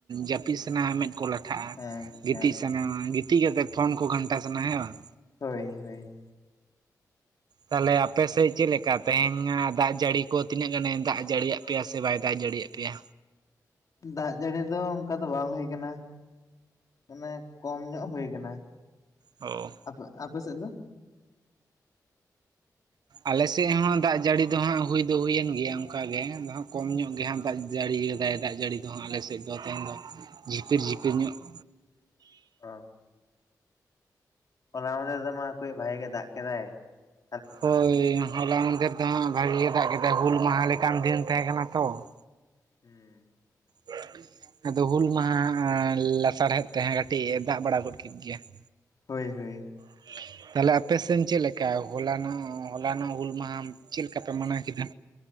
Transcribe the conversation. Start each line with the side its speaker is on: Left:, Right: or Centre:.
Right: ᱡᱟᱹᱯᱤᱫ ᱥᱟᱱᱟ ᱢᱮᱸᱫ ᱠᱚ ᱞᱟᱼᱼ ᱴᱷᱟᱜᱼᱟ
Left: ᱦᱮᱸ
Right: ᱜᱤᱛᱤᱡ
Left: ᱦᱮᱸ
Right: ᱥᱟᱱᱟᱢᱟ ᱜᱤᱛᱤᱡ ᱠᱟᱛᱮᱫ ᱯᱷᱳᱱ ᱠᱚ ᱜᱷᱟᱱᱴᱟ ᱥᱟᱱᱟ ᱦᱮᱸ ᱥᱮ ᱵᱟᱝ?
Left: ᱦᱳᱭ ᱦᱳᱭ
Right: ᱛᱟᱞᱦᱮ ᱟᱯᱮ ᱥᱮᱫ ᱪᱮᱫ ᱞᱮᱠᱟ ᱛᱮᱦᱮ ᱧᱟᱜ ᱫᱟᱜ ᱡᱟᱹᱲᱤ ᱠᱚ ᱛᱤᱱᱟᱹᱜ ᱜᱟᱱᱮ ᱫᱟᱜ ᱡᱟᱹᱲᱤᱭᱟᱜ ᱯᱮᱭᱟ ᱥᱮ ᱵᱟᱭ ᱫᱟᱜ ᱡᱟᱹᱲᱤᱭᱟᱜ ᱯᱮᱭᱟ?
Left: ᱫᱟᱜ ᱡᱟᱹᱲᱤ ᱫᱚ ᱚᱝᱠᱟ ᱫᱚ ᱵᱟᱝ ᱦᱳᱭ ᱠᱟᱱᱟ, ᱾ ᱢᱟᱱᱮ, ᱠᱚᱢ ᱧᱚᱜ ᱦᱳᱭ ᱠᱟᱱᱟ ᱾
Right: ᱚᱻᱳ
Left: ᱟᱯᱮ, ᱟᱯᱮ ᱥᱮᱫ ᱫᱚ?
Right: ᱟᱞᱮᱥᱮᱫ ᱦᱚᱸ ᱫᱟᱜ ᱡᱟᱹᱲᱤ ᱫᱚ ᱦᱟᱸᱜ ᱦᱩᱭ ᱫᱚ ᱦᱩᱭᱮᱱ ᱜᱮᱭᱟ ᱚᱱᱠᱟ ᱜᱮ ᱦᱟ'ᱜ ᱠᱚᱢ ᱧᱚᱜ ᱜᱮ ᱦᱟᱸᱜ ᱫᱟᱜᱼᱼ ᱡᱟᱹᱲᱤ ᱜᱮ ᱫᱟᱭ ᱫᱟᱜ ᱡᱟᱹᱲᱤ ᱫᱚ ᱦᱟᱸᱜ ᱟᱞᱮᱥᱮᱫ ᱫᱚ ᱛᱟᱭᱚᱢ ᱫᱚ ᱡᱷᱤᱯᱤᱨ ᱡᱷᱤᱯᱤᱨ ᱧᱚᱜ ᱾
Left: ᱚ ᱦᱚᱞᱟ ᱢᱟᱫᱷᱮᱨ ᱫᱚ ᱢᱟ ᱠᱳᱭ ᱵᱷᱟᱜᱮᱹ ᱜᱮ ᱫᱟᱜ ᱠᱮᱫᱟᱭ ᱾
Right: ᱦᱳᱭ, ᱦᱚᱞᱟ ᱢᱟᱫᱷᱮᱨ ᱫᱚ ᱦᱟᱸᱜ ᱵᱷᱟᱜᱮ ᱜᱮ ᱫᱟᱜ ᱠᱮᱫᱟᱭ ᱦᱩᱞ ᱢᱟᱦᱟ ᱞᱮᱠᱟᱱ ᱫᱤᱱ ᱛᱟᱦᱮᱸ ᱠᱟᱱᱟ ᱛᱚ ᱾
Left: ᱦᱠᱺ ᱾
Right: ᱵᱷᱳᱜ, ᱟᱫᱚ ᱦᱩᱞ ᱢᱟᱦᱟᱸ ᱞᱟᱥᱟᱲᱦᱮᱫ ᱛᱮ ᱦᱚᱸ ᱠᱟᱹᱴᱤᱡ ᱮ ᱫᱟᱜ ᱵᱟᱲᱟ ᱜᱚᱫ ᱠᱮᱫ ᱜᱮᱭᱟ ᱾
Left: ᱦᱳᱭ- ᱦᱳᱭ ᱾
Right: <unintelligible> ᱛᱟᱞᱦᱮ ᱟᱯᱮᱥᱮᱫ ᱪᱮᱫ ᱞᱮᱠᱟ ᱦᱚᱞᱟᱱᱚᱜ, ᱦᱚᱞᱟᱱᱚᱜ ᱦᱩᱞ ᱢᱟᱦᱟᱸ ᱪᱮᱫ ᱞᱮᱠᱟ ᱯᱮ ᱢᱟᱱᱟᱣ ᱠᱮᱫᱟ?